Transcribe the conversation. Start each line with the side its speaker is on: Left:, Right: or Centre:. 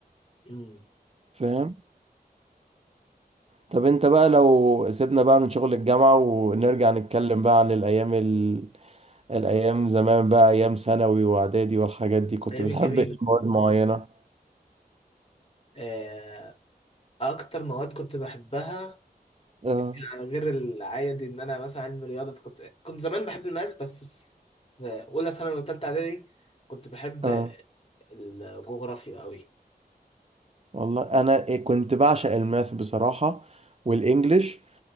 Left: أمم
Right: فاهم طب انت بقى لو سيبنا بقى من شغل الجامعة ونرجع نتكلم بقى عن الايام ال... الايام زمان بقى ايام ثانوي واعدادي والحاجات دي كنت
Left: أيام
Right: بتحب
Left: الجميلة
Right: ايه مواد معينة
Left: آه، أكتر مواد كنت بحبها
Right: اه
Left: يعني غير العادي ان انا مثلا علمي رياضه فكنت كنت زمان بحب الماس بس في في اولى ثانوي وثالثه اعدادي كنت بحب
Right: اه
Left: الجغرافيا قوي
Right: والله انا إيه كنت بعشق الماث بصراحة والانجليش